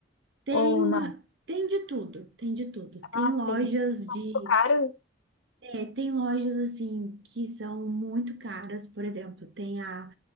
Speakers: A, on the right (about 60°); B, on the left (about 80°).
A: Tem
B: Ou
A: uma,
B: não?
A: tem de tudo, tem de tudo. Tem
B: Ah,
A: lojas
B: sim.
A: de,
B: Ficou Caro?
A: é, tem lojas assim que são muito caras, por exemplo, tem a,